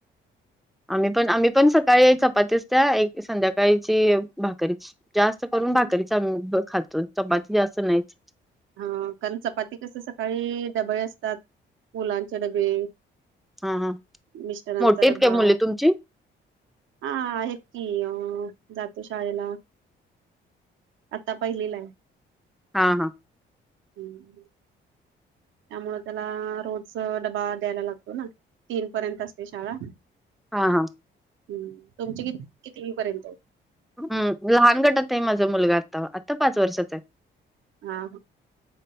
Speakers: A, in the centre; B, on the right.
A: आम्ही पण आम्ही पण सकाळी चपातीस त्या एक संध्याकाळीची भाकरीची. जास्त करून भाकरी च खातो चपाती जास्त नाहीच.
B: हा कारण चपाती कस सकाळी डबे असतात मुलांचे डबे.
A: हा हा
B: मिस्टरांचा
A: मोठीेत
B: डबा
A: काय मुले तुमची?
B: हा आहेत की अ जातो शाळेला. आता पहिली ला आहे.
A: हा हा
B: हम्म त्यामु त्याला रोज डबा द्यायला लागतो ना तीन पर्यंत असते शाळा.
A: हा हा
B: हम्म तुमची किती किती पर्यंत
A: हम्म लहान गटात आहे माझा मुलगा आता आता पाच वर्षाचा आहे.
B: हा